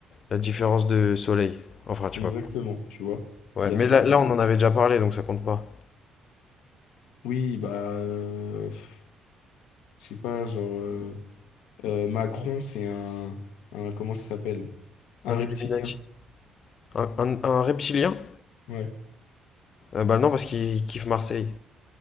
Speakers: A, on the left; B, on the left.
A: la différence de soleil. Enfin, tu
B: Exactement,
A: vois.
B: tu vois.
A: Ouais,
B: Il y
A: mais
B: a ça.
A: là, là, on en avait déjà parlé donc ça compte pas.
B: Oui, bah, euh, pff, je sais pas, genre, euh, euh, Macron, c'est un, un, comment ça s'appelle? Un
A: Un
B: reptilien.
A: Illuminati. Un, un- un reptilien?
B: Ouais,
A: Euh, bah non, parce qu'ils kiffent Marseille.